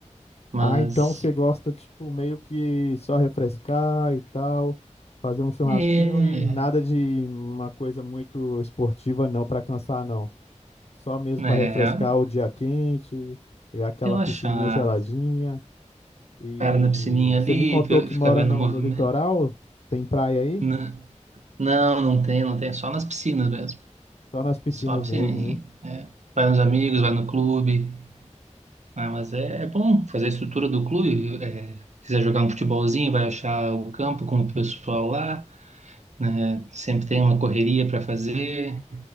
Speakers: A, on the right (about 70°); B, on the left (about 55°).
A: mas...
B: Ah, então você gosta, tipo, meio que só refrescar e tal, fazer um churrasquinho
A: É,
B: e nada de uma coisa muito esportiva não, pra cansar não. Só mesmo
A: É,
B: pra refrescar o dia quente, e aquela
A: relaxar.
B: piscininha geladinha. E
A: Cara na piscininha ali,
B: você me contou
A: vê-
B: que
A: ficar
B: mora
A: vendo
B: no,
A: o movimento.
B: no litoral, tem praia aí?
A: N- Não, não tem, não tem. Só nas piscinas mesmo.
B: Só nas piscinas
A: Só a piscininha.
B: mesmo, né?
A: É. Vai nos amigos, vai no clube. Ah, mas é, é bom fazer a estrutura do clube. viu? É, quiser jogar um futebolzinho, vai achar o campo com o pessoal lá. né? Sempre tem uma correria para fazer.